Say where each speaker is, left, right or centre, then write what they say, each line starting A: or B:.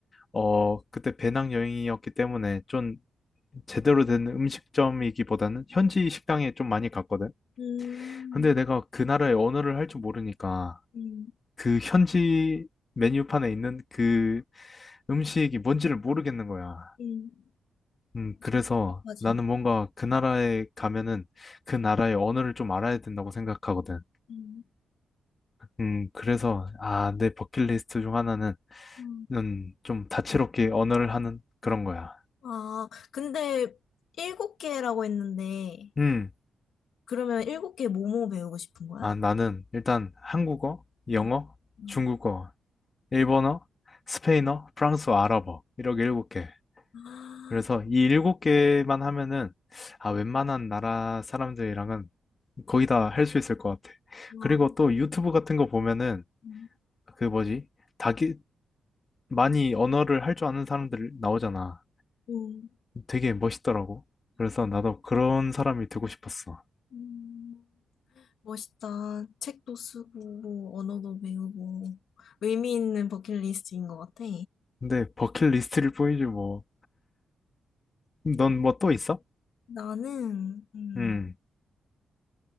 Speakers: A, on the left (about 35°); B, on the left (about 80°).
A: 어 그때 배낭여행이었기 때문에 좀 제대로 된 음식점이기보다는 현지 식당에 좀 많이 갔거든
B: 음,
A: 근데 내가 그 나라의 언어를 할 줄 모르니까
B: 음,
A: 그 현지 메뉴판에 있는 그 음식이 뭔지를 모르겠는 거야.
B: 음.
A: 음,
B: 맞아.
A: 그래서
B: 답답하지.
A: 나는 뭔가 그 나라에 가면은 그 나라의 언어를 좀 알아야 된다고 생각하거든.
B: 음,
A: 음, 그래서 아, 내 버킷리스트 중 하나는
B: 음.
A: 음, 좀 다채롭게 언어를 하는 그런 거야.
B: 아, 근데 일곱 개라고 했는데,
A: 음,
B: 그러면 일곱 개 뭐뭐 배우고 싶은 거야?
A: 아, 나는 일단 한국어, 영어,
B: 응. 응.
A: 중국어, 일본어, 스페인어, 프랑스어, 아랍어 이렇게 일곱 개.
B: 아,
A: 그래서 이 일곱 개만 하면은 아 웬만한 나라 사람들이랑은 거의 다 할 수 있을 것 같아.
B: 어,
A: 그리고 또 유튜브 같은 거 보면은
B: 음,
A: 그 뭐지? 다기 많이 언어를 할 줄 아는 사람들 나오잖아.
B: 음,
A: 되게 멋있더라고. 그래서 나도 그런 사람이 되고 싶었어.
B: 음. 멋있다. 책도 쓰고, 뭐 언어도 배우고, 의미 있는 버킷리스트인 것 같아.
A: 근데 버킷리스트일 뿐이지 뭐. 넌 뭐 또 있어?
B: 나는, 음,
A: 음,